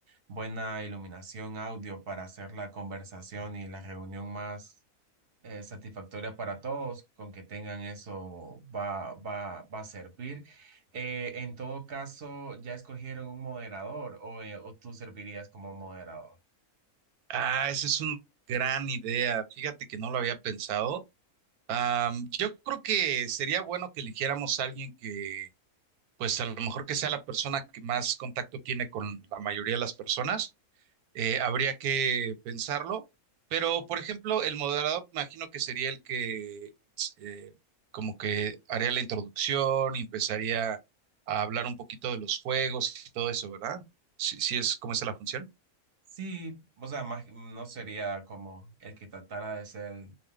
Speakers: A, on the right; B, on the right.
A: buena iluminación audio para hacer la conversación y la reunión más eh, satisfactoria para todos, con que tengan eso va, va, va a servir. Eh, en todo caso, ¿ya escogieron un moderador o, eh, o tú servirías como moderador?
B: Ah, esa es una gran idea. Fíjate que no lo había pensado. Am, yo creo que sería bueno que eligiéramos a alguien que, pues a lo mejor que sea la persona que más contacto tiene con la mayoría de las personas eh, habría que pensarlo. Pero, por ejemplo, el moderador, imagino que sería el que eh, como que haría la introducción y empezaría a hablar un poquito de los juegos y todo eso, ¿verdad? Si, si es como es la función.
A: Sí, o sea, más, no sería como el que tratara de ser